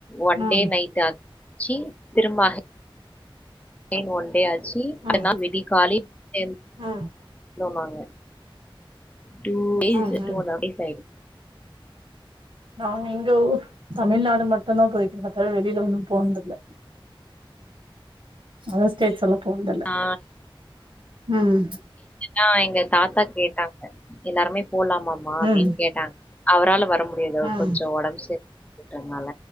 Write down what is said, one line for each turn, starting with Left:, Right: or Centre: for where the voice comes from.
Left: ஒன்
Right: ம்
Left: டே நைட் ஆச்சி திரும்ப அ கேன் ஒன்டே ஆச்சி
Right: ம்
Left: மறுநாள் விடிகாலைல வந்தோ
Right: ம் ம்
Left: நாங்க டூடேஸ்
Right: ம்
Left: டூ
Right: ம்
Left: அன்ட் ஆஃப் டேஸ் ஆய்டூ
Right: நா எங்க ஊர் தமிழ்நாடு மட்டுதா போய்க்கிறே தவர வெளில ஒன்னு போனதில்ல அதர் ஸ்டேட்ஸலா போனதுல்ல
Left: ஆ
Right: ம்
Left: ஆ எங்க தாத்தா கேட்டாங்க எல்லாருமே போலாமாம்மா அப்டின்னு
Right: ம்
Left: கேட்டாங்க அவரால வர முடி ஏதோ
Right: ம்
Left: கொஞ்சோ ஒடம்பு சரில்லாதனால